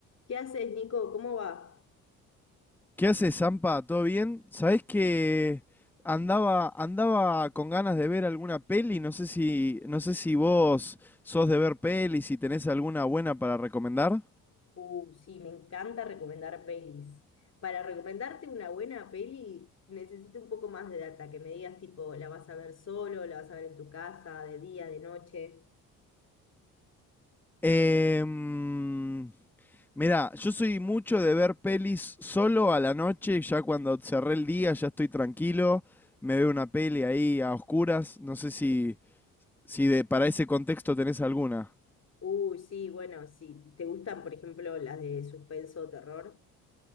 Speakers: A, on the left; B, in the centre.
A: ¿Qué haces, Nico? ¿Cómo va?
B: ¿Qué haces, Zampa? ¿Todo bien? ¿Sabés que andaba, andaba con ganas de ver alguna peli? No sé si, no sé si vos sos de ver pelis, si tenés alguna buena para recomendar.
A: Uh, sí, me encanta recomendar pelis. Para recomendarte una buena peli, necesito un poco más de data, que me digas tipo, ¿la vas a ver solo? ¿La vas a ver en tu casa? ¿De día? ¿De noche?
B: Em, mirá, yo soy mucho de ver pelis solo a la noche, ya cuando cerré el día, ya estoy tranquilo, me veo una peli ahí a oscuras. No sé si, si de, para ese contexto tenés alguna.
A: Uy, sí, bueno, si te gustan, por ejemplo, las de suspenso o terror.